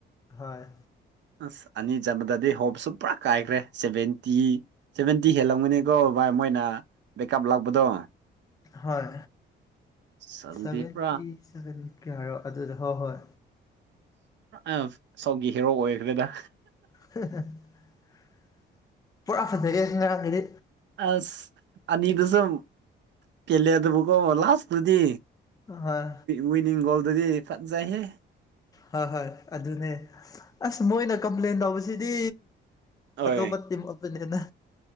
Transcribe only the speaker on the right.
ꯑꯁ ꯑꯅꯤ ꯆꯟꯕꯗꯗꯤ ꯍꯣꯞꯁꯨ ꯄꯨꯔꯥ ꯀꯥꯏꯈ꯭ꯔꯦ ꯁꯚꯦꯟꯇꯤ ꯁꯚꯦꯟꯇꯤ ꯍꯦꯜꯂꯝꯒꯅꯤꯀꯣ ꯚꯥꯏ ꯃꯣꯏꯅ ꯕꯦꯀꯑꯞ ꯂꯥꯛꯄꯗꯣ
ꯑꯁ ꯑꯗꯨꯗꯤ
ꯄꯨꯔꯥ
ꯑ ꯁ‌‌‌ꯝꯒꯤ ꯍꯦꯔꯣ ꯑꯣꯏꯈ꯭ꯔꯦꯗ
ꯑꯁ ꯑꯅꯤ ꯑꯗꯨꯁꯨ ꯀꯦꯂꯦ ꯑꯗꯨꯕꯨꯀꯣ ꯂꯥꯁꯇꯨꯗꯤ
ꯋꯤꯅꯤꯡ ꯒꯣꯜꯗꯨꯗꯤ ꯐꯖꯩꯍꯦ
ꯍꯣꯏ